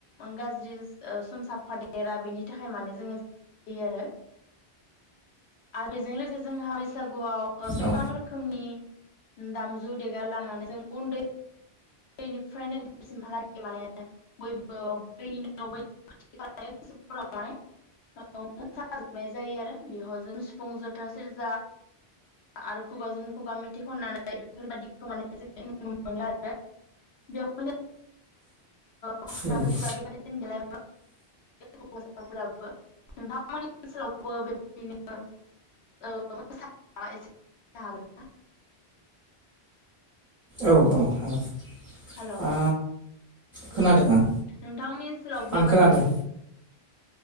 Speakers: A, on the left; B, on the right.
A: गाज्रि ओ सम साफादेरा बेनि थाखाय माने जोङो जायो आरो आरो बेजों लोगोसे जोंहा बैसागुआव आ
B: औ
A: गोबां रोखोमनि दामजु देगार लानानै जों उन्दै उन्दैनिफ्रायनोसिमहालागै माने बयबो बैनि न' बैनि खाथि खालाफोराव माने मोसाजोबनाय जायो आरो बेयावहाय जों सिफुं जथा सेरजा आरो खुगाजों खुगा मेथाइ खननानै बेफोरबायदिखौ माने जों नुनो मोनो आरो बेयाव पास्रा
B: नंगौ
A: गोजा बेबादि देलाय हौवासाफोराबो नोंथांमोननि ओनसोलावबो बेबायदिनो ओ मोसायो माबा एसे बुंनो हागोन ना
B: औ औ हागोन।
A: हेल'
B: आ खोनादों आं
A: नोंथांमोननि ओनसोलाव बेबादि
B: आं खोनादों